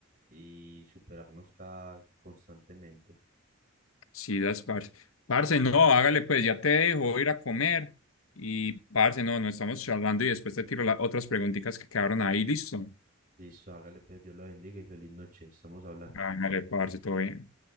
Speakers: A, on the right; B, on the left.
A: y superarnos cada constantemente.
B: Sí, das, parce. Parce, no, hágale pues, ya te dejo voy a ir a comer. Y parce, no, no estamos charlando y después te tiro las otras preguntitas que quedaron ahí, listo.
A: Listo, hágale pues, Dios lo bendiga y feliz noche. Estamos hablando.
B: Hágale, parce, todo bien.